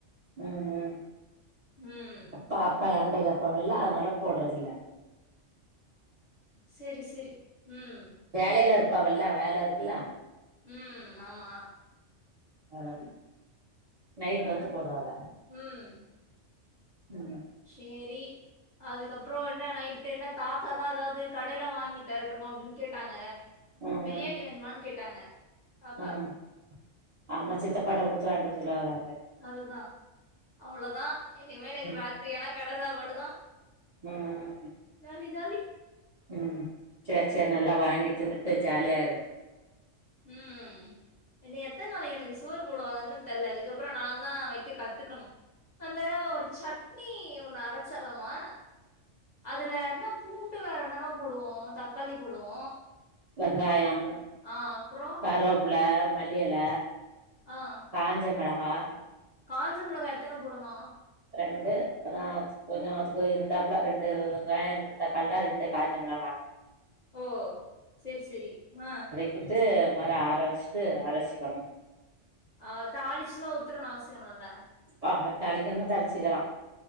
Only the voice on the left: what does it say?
ம்
செரி செரி ம்
ம் ஆமா
ஆ
ம்
சேரி அதுக்கப்றோ என்ன நைட்டு் என்ன தாத்தாதா ஏதாவது கடையில வாங்கி தரட்டுமா அப்டின் கேட்டாங்க
பிரியாணி
வேணுமான் கேட்டாங்க தாத்தா
அதுதா அவ்ளோதா இனிமே எனக்கு
ராத்திரி ஆனா கட சாப்பாடுதா
ஜாலி ஜாலி
ம் இன்னு எத்தன் நாளைக்கு எனக்கு சோறு போடுவாங்கன்னு தா தெர்ல இதுக்கப்றோ நா தா வெக்க கத்துக்கணு அந்த ஒரு சட்னி ஒண்ணு அரச்சலாமா அதுல என்னா பூண்டு வேற என்னல்லா போடுவோ தக்காளி போடுவோ
ஆ அப்றோ
ஆ
காஞ்ச மிளகா எத்தன போடணு
ஓ செரி செரி ஆ
ஆ தாளிச்லா ஊத்தனு அவசிய இல்லல்ல